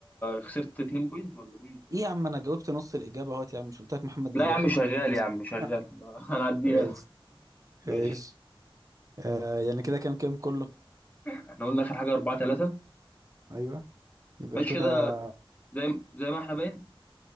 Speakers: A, on the left; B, on the right.
A: خسرت 2 بوينت ولا بوينت واحد
B: إيه يا عم أنا جاوبت نص الإجابة أهوت يا عم مش قلت لك محمد
A: لا
B: دياب
A: يا عم شغال
B: <laughs>
A: يا عم شغال ما- <laughs> هنعديها
B: ايش
A: ماشي
B: ايش آه يعني كده كام كام كله
A: احنا قلنا اخر حاجه 4 3
B: أيوه يبقى
A: ماشي
B: كده
A: كده زي زي ما احنا باين